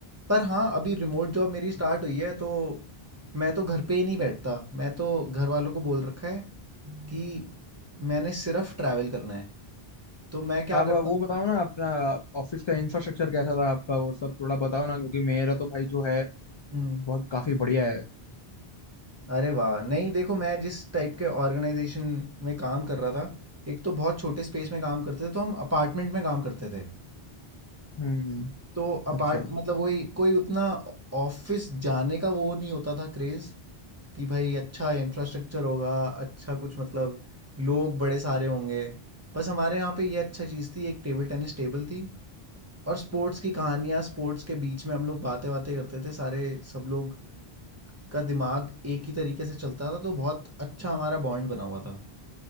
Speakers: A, on the right; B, on the left.
A: पर हाँ अभी रिमोट जॉब मेरी स्टार्ट हुई है तो मैं तो घर पे ही नहीं बैठता मैं तो घर वालों को बोल रखा है कि मैंने सिर्फ ट्रैवल करना है तो मैं क्या
B: आप
A: करता
B: वो बताओ
A: हूँ
B: ना अपना ऑफिस का इंफ्रास्ट्रक्चर कैसा था आपका वो सब थोड़ा बताओ ना क्योंकि मेरा तो भाई जो है
A: हम्म
B: बहुत काफी बढ़िया है
A: अरे वाह नहीं देखो मैं जिस टाइप के ऑर्गेनाइजेशन में काम कर रहा था एक तो बहुत छोटे स्पेस में काम करते थे तो हम अपार्टमेंट में काम करते थे
B: हम्म
A: तो अपार्ट
B: अच्छा
A: मतलब वही कोई उतना ऑफिस जाने का वो नहीं होता था क्रेज़ कि भाई अच्छा इंफ्रास्ट्रक्चर होगा अच्छा कुछ मतलब लोग बड़े सारे होंगे बस हमारे यहाँ पे ये अच्छा चीज़ थी एक टेबल टेनिस टेबल थी और स्पोर्ट्स की कहानियाँ स्पोर्ट्स के बीच में हम लोग बातें बातें करते थे सारे सब लोग का दिमाग एक ही तरीके से चलता था तो बहुत अच्छा हमारा बॉन्ड बना हुआ था